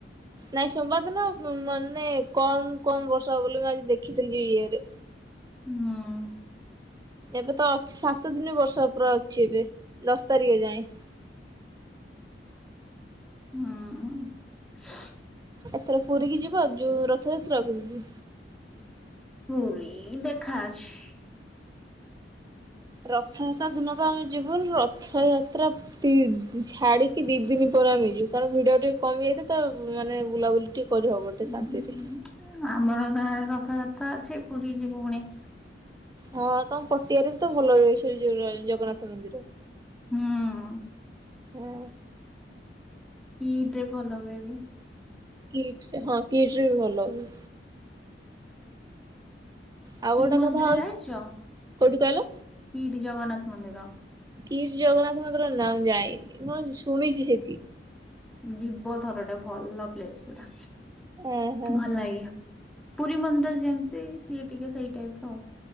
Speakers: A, on the right; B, in the centre.
A: ନାଇଁ ସୋମବାର ଦିନ ମାନେ କମ କମ ବର୍ଷା ହବ ବୋଲି ମୁଁ ଆଜି ଦେଖିଥିଲି ଇଏରେ
B: ହୁଁ
A: ଏବେ ତ ଅଛି ସାତ ଦିନ ବର୍ଷା ପୁରା ଅଛି ଏବେ ଦଶ ତାରିଖ ଯାଏଁ।
B: ହଁ ଶୁ ଉ
A: ଏଥର ପୁରୀକି ଯିବ ଯୋଉ ରଥଯାତ୍ରା କୁ ବି
B: ପୁରୀ ଦେଖା ଅଛି।
A: ରଥଯାତ୍ରା ଦିନ ତ ଆମେ ଯିବୁନି ରଥଯାତ୍ରା ଛାଡ଼ିକି ଦି ଦିନ ପରେ ଆମେ ଯିବୁ, କାରଣ ଭିଡ଼ ଟିକେ କମିଯାଇଥିବ ତ ମାନେ ବୁଲାବୁଲି ଟିକେ କରିହବ ଟିକେ
B: ହୁଁ
A: ଶାନ୍ତିରେ।
B: ଆମର ଗାଁରେ ରଥଯାତ୍ରା ଅଛି, ପୁରୀ ଯିବୁ ପୁଣି।
A: ହଁ ତମ ପଟିଆରେ ବି ତ ଭଲ ହୁଏ, ଶ୍ରୀଜିଉ ର ଜଗନ୍ନାଥ ମନ୍ଦିର।
B: ହିଁ
A: ହଁ
B: କିଟ୍ ରେ ଭଲ ହୁଏ ବି।
A: କିଟ୍ ରେ ହଁ କିଟ୍ ରେ ବି ଭଲ ହୁଏ। ଆଉ
B: କିଟ୍
A: ଗୋଟେ
B: ମନ୍ଦିର
A: କଥା ହଉଛି
B: ଯାଇଛ?
A: କୋଉଠି କହିଲ
B: କିଟ୍ ଜଗନ୍ନାଥ ମନ୍ଦିର।
A: କିଟ୍ ଜଗନ୍ନାଥ ମନ୍ଦିର ନା ମୁଁ ଯାଇନି। ହଁ ଶୁଣିଛି ସେଠି।
B: ଯିବ ଥର ଟେ ଭଲ ପ୍ଲେସ୍ ପୁରା,
A: ଓହୋ।
B: ଭଲ ଲାଗେ। ପୁରୀ ମନ୍ଦିର ଯେମିତି ସିଏ ଟିକେ ସେଇ ଟାଇପ୍ ର ଆଉ।